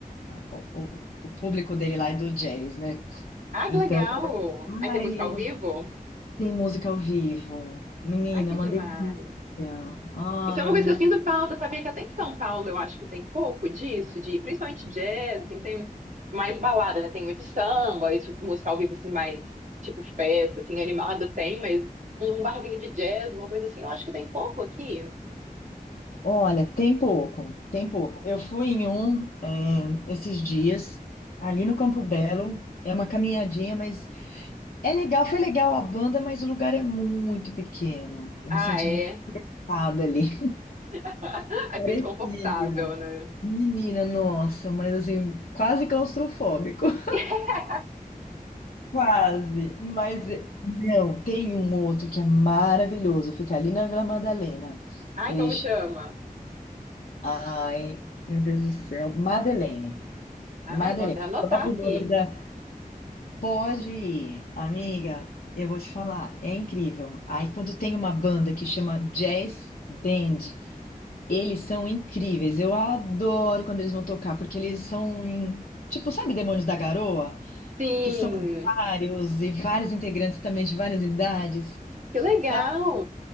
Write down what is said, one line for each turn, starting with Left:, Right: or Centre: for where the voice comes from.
Left: O, o, o público dele lá é do jazz, né?
Right: Ah,
Left: Então,
Right: que legal! Aí
Left: ai,
Right: tem música ao vivo?
Left: tem música ao vivo. Menina,
Right: Ai, que
Left: é uma
Right: demais!
Left: delícia. Ah,
Right: Isso é
Left: é
Right: uma
Left: muito.
Right: coisa que eu sinto falta, sabia que até em São Paulo eu acho que tem pouco disso, de principalmente jazz, assim, tem mais balada, né? Tem muito samba, isso, música ao vivo, assim, mais tipo festa, assim, animada tem, mas um barzinho de jazz, uma coisa assim, eu acho que tem pouco aqui.
Left: Olha, tem pouco, tem pouco. Eu fui em um, eh, esses dias, ali no Campo Belo. É uma caminhadinha, mas é legal, foi legal a banda, mas o lugar é muito pequeno. Eu
Right: Ah,
Left: me senti
Right: é.
Left: muito errada ali. <laughs>
Right: <laughs> Aqui
Left: Parecia.
Right: desconfortável, né?
Left: Menina, nossa, mas assim, quase claustrofóbico. <laughs>
Right: <laughs>
Left: Quase. Mas eh, não, tem um outro que é maravilhoso, fica ali na Vila Madalena.
Right: Ai,
Left: Ele
Right: como chama?
Left: Ai, meu Deus do céu, Madeleine.
Right: Ai,
Left: Madeleine,
Right: vou até anotar
Left: o próprio
Right: aqui.
Left: nome da. Pode ir, amiga, eu vou te falar, é incrível. Aí quando tem uma banda que chama Jazz Band, eles são incríveis. Eu adoro quando eles vão tocar, porque eles são em- Tipo, sabe Demônios da Garoa?
Right: Sim,
Left: Que são vários e vários integrantes também de várias idades.
Right: que legal!
Left: sabe?